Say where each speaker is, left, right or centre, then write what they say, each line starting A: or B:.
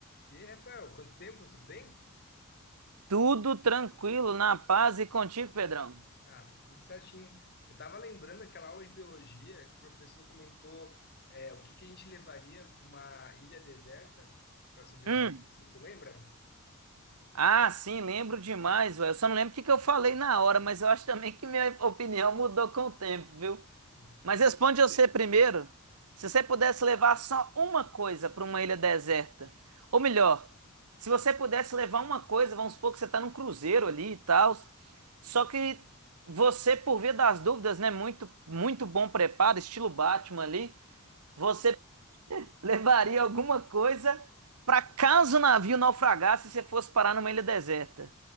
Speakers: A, on the left; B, on the right.
A: E aí, Rafael, quanto tempo? Tudo bem?
B: Tudo tranquilo, na paz e contigo, Pedrão.
A: Ah, tudo certinho. Eu estava lembrando daquela aula de biologia que o professor comentou é, o que que a gente levaria para uma ilha deserta para sobreviver.
B: Hum,
A: tu lembra?
B: Ah, sim, lembro demais, velho. Eu só não lembro o que que eu falei na hora, mas eu acho também que minha opinião mudou com o tempo, viu?
A: <laughs>
B: Mas responde você primeiro. Se você pudesse levar só uma coisa para uma ilha deserta, ou melhor, se você pudesse levar uma coisa, vamos supor que você tá num cruzeiro ali e tal, só que você, por via das dúvidas, né, muito muito bom preparo, estilo Batman ali, você Levaria alguma coisa para caso o navio naufragasse e você fosse parar numa ilha deserta.